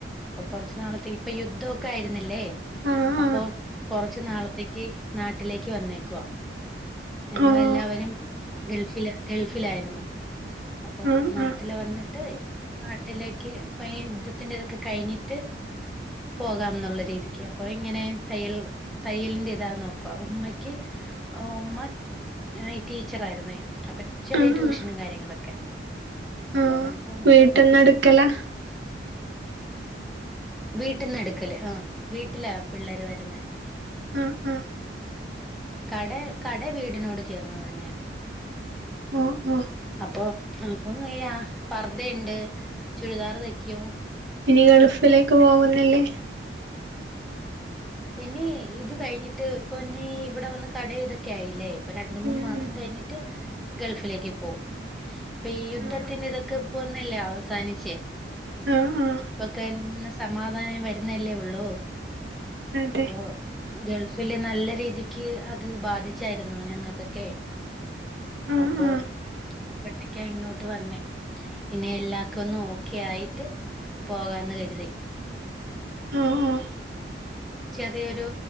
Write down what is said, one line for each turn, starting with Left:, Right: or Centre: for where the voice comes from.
Centre: ഇപ്പം കുറച്ച് നാളത്തേക്ക് ഇപ്പൊ യുദ്ധൊക്കെ ആയിര്ന്നില്ലേ
Right: ആഹ്
Centre: അപ്പൊ
Right: ആഹ്
Centre: കുറച്ച് നാളത്തേക്ക് നാട്ടിലേക്ക് വന്നേക്കുവ ഞങ്ങളെല്ലാവരും
Right: ഓഹ്
Centre: ഗൾഫിൽ ഗൾഫിലായിര്ന്നു അപ്പൊ
Right: ആഹ്
Centre: നാട്ടിൽ
Right: ആഹ്
Centre: വന്നിട്ട് ഇപ്പൊ നാട്ടിലേക്ക് ഇപ്പൊ ഈ യുദ്ധത്തിന്റെ ഇതക്കെ കഴിഞ്ഞിട്ട് പോകാംന്നുള്ള രീതിക്ക് അപ്പൊ ഇങ്ങനെ തയ്യൽ തയ്യലിന്റെ ഇതാ നോക്കവു ഉമ്മക്ക് ആഹ് ഉമ്മ ഏ ടീച്ചർആരുന്നെ അപ്പൊ ചെറിയ
Right: ആഹ് ആഹ്
Centre: ട്യൂഷനും കാര്യങ്ങളൊക്കെ
Right: ആഹ്
Centre: അപ്പ അങ്ങനെ പോന്നു
Right: വീട്ട്ന്ന് എടുക്കലാ
Centre: വീട്ടിന്ന് എടുക്കല് ആ വീട്ടിലാ പിള്ളേര് വരുന്നേ
Right: ആഹ് ആഹ്
Centre: കട കട വീടിനോട് ചേർന്ന് തന്നെയ
Right: ഓഹ് ഓഹ്
Centre: അപ്പൊ അപ്പൊ ഈ ആ പർദ്ദഇണ്ട് ചുരിദാർ തൈക്കും
Right: ഇനി ഗൾഫിലേക്ക് പോകുന്നില്ലേ
Centre: ഇനി ഇത് കഴിഞ്ഞിട്ട് ഇപ്പൊ ഇനി ഇവിടെ വന്ന് കട ഇതൊക്കെ ആയില്ലേ ഇപ്പൊ രണ്ട് മൂന്ന്
Right: ഉം
Centre: മാസം കഴിഞ്ഞിട്ട് ഗൾഫിലേക്ക് പോം ഇപ്പ ഈ യുദ്ധത്തിന്
Right: ഉം ആഹ്
Centre: ഇതൊക്കെ ഇപ്പൊന്നല്ലേ അവസാനിച്ചേ
Right: ആഹ് ആഹ് ആഹ്
Centre: ഇപ്പൊക്കെന്ന് സമാധാനം വരുന്നല്ലേ ഉള്ളൂ
Right: അതെ
Centre: അപ്പൊ ഗൾഫിൽ നല്ല രീതിക്ക് അത് ബാധിച്ചാര്ന്നു ഞങ്ങക്കൊക്കെ
Right: ആഹ്
Centre: അപ്പൊ
Right: ആഹ്
Centre: അപ്പോഴ്ത്തേക്കാ ഇങ്ങോട്ട് വന്നേ ഇനി എല്ലാക്കെ ഒന്ന് ഓക്കെ ആയിട്ട് പോകാന്ന് കരുതി
Right: ആഹ് ആഹ്
Centre: ചെറിയൊരു